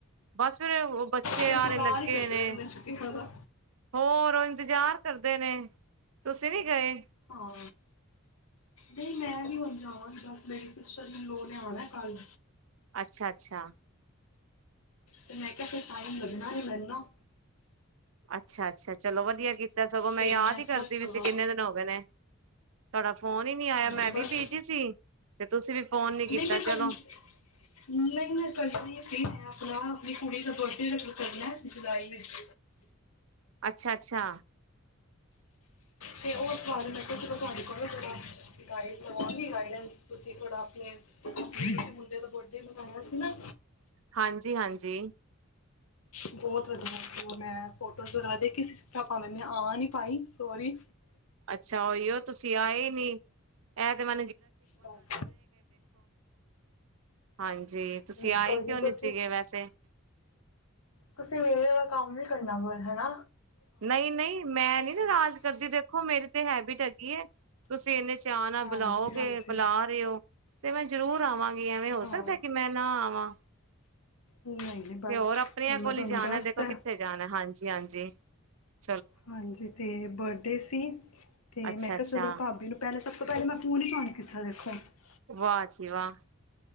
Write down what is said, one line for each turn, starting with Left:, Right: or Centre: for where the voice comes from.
Right: ਬਸ ਉਹ ਬੱਚੇ
Left: ਤੇ ਇੰਤਜ਼ਾਰ
Right: ਸਾਰੇ ਲੱਗੇ
Left: ਹੀ ਕਰਦੇ
Right: ਨੇ
Left: ਰਹੇ ਛੁੱਟੀਆਂ ਦਾ
Right: ਹੋਰ ਇੰਤਜ਼ਾਰ ਕਰਦੇ ਨੇ ਤੁਸੀਂ ਨੀ ਗਏ
Left: ਹਾਂ ਨਹੀਂ ਮੈਂ ਵੀ ਹੁਣ ਜਾਵਾਂ ਬਸ ਮੇਰੀ ਸਿਸਟਰ ਲੋ ਨੇ ਆਉਣਾ ਕੱਲ
Right: ਅੱਛਾ ਅੱਛਾ
Left: ਤੇ ਮੈਂ ਕਿਹਾ ਕੇ ਟਾਈਮ ਲੱਗਣਾ ਮੈਨੂੰ
Right: ਅੱਛਾ ਅੱਛਾ ਚਲੋ ਵਧੀਆ ਕੀਤਾ ਸਗੋਂ ਮੈਂ
Left: ਤੇ
Right: ਯਾਦ ਹੀ
Left: ਕਿਹਾ
Right: ਕਰਦੀ
Left: ਚਲੋ
Right: ਵੀਸੀ ਕਿੰਨੇ ਦਿਨ ਹੋ ਗਏ ਨੇ ਤੜਾਪ ਫੋਨ ਹੀ ਨਹੀ ਆਇਆ
Left: ਬਸ
Right: ਮੈਂ ਵੀ ਬਿਜੀ ਸੀ ਤੇ ਤੁਸੀਂ ਵੀ ਫੋਨ ਨੀ ਕੀਤਾ
Left: ਨਹੀਂ ਮੈਂ ਕਰਨ
Right: ਚਲੋ
Left: ਨਹੀਂ ਮੈਂ ਕਰਨੀ ਸੀ ਮੈਂ ਆਪਣਾ ਆਪਣੀ ਕੁੜੀ ਦਾ ਬਰਥਡੇ ਰੱਖ ਕਰਨਾ ਜੁਲਾਈ ਵਿੱਚ
Right: ਅੱਛਾ ਅੱਛਾ
Left: ਤੇ ਹੋਰ ਸਾਰੇ ਮੈਂ ਕਿਹਾ ਜਦੋਂ ਤੁਹਾਡੇ ਕੋਲ ਥੋੜਾ ਗਾਈਡ ਕਰਵਾਂਗੀ ਗਾਈਡਸ ਤੁਸੀਂ ਥੋੜਾ ਆਪਣੇ ਮੁੰਡੇ ਦਾ ਬਡੇ ਮਨਾਇਆ ਸੀ ਨਾ
Right: ਹਾਂਜੀ ਹਾਂਜੀ
Left: ਬਹੁਤ ਵਧੀਆ ਸੀ ਮੈਂ ਫੋਟੋਜ਼ ਵਗੈਰਾ ਦੇਖੀ ਮੈਂ ਆ ਨੀ ਪਾਈ ਸੋਰੀ
Right: ਅੱਛਾ ਉਹੀਓ ਤੁਸੀਂ ਆਏ ਨੀ ਮ
Left: ਬਸ
Right: ਹਾਂਜੀ ਤੁਸੀਂ
Left: ਨਹੀਂ
Right: ਆਏ
Left: ਕੋਈ ਨੀ
Right: ਕਿਉਂ
Left: ਤੁਸੀਂ
Right: ਸੀਗੇ ਵੈਸੇ
Left: ਤੁਸੀਂ ਮੇਲੇ ਦਾ ਕੰਮ ਨ ਕਰਨਾ ਬਲ ਹੈਲੋ ਹੈਨਾ
Right: ਨਹੀਂ ਨਹੀਂ ਮੈਂ ਨਹੀ ਰਾਜ ਕਰਦੀ ਦੇਖੋ ਮੇਰੀ ਤੇ ਹੈਬਿਟ ਹੈਗੀ ਹੈ ਤੁਸੀਂ ਇੰਨੇ ਚਾਅ ਨਾਲ
Left: ਹਾਂਜੀ
Right: ਬੁਲਾਓਗੇ
Left: ਹਾਂਜੀ
Right: ਬੁਲਾ ਰਹੇ ਹੋ ਤੇ ਮੈਂ ਜ਼ਰੂਰ ਆਵਾਂਗੀ ਐਵੇਂ ਹੋ
Left: ਹਾਂ
Right: ਸਕਦਾ ਕਿ ਮੈਂ ਨਾ ਆਵਾਂ
Left: ਨਹੀਂ ਨਹੀਂ ਬਸ
Right: ਤੇ ਹੋਰ ਆਪਣਿਆਂ
Left: ਹੁਣ
Right: ਕੋਲ
Left: ਮੈਂ ਤੁਹਾਨੂੰ
Right: ਹੀ ਜਾਣਾ
Left: ਦੱਸਤਾ
Right: ਦੇਖੋ ਕਿੱਥੇ ਜਾਣਾ ਹਾਂਜੀ ਹਾਂਜੀ ਜੀ
Left: ਹਾਂਜੀ ਤੇ ਬਰਡੇ ਸੀ ਤੇ
Right: ਅੱਛਾ-ਅੱਛਾ
Left: ਮੈਂ ਕਿਹਾ ਚਲੋ ਭਾਬੀ ਨੂੰ ਪਹਿਲੇ ਸਭ ਤੋਂ ਪਹਿਲੇ ਮੈਂ ਫੋਨ ਹੀ ਫਨ ਕੀਤਾ ਦੇਖੋ ਸੱ
Right: ਵਾਹਜੀ ਵਾਹ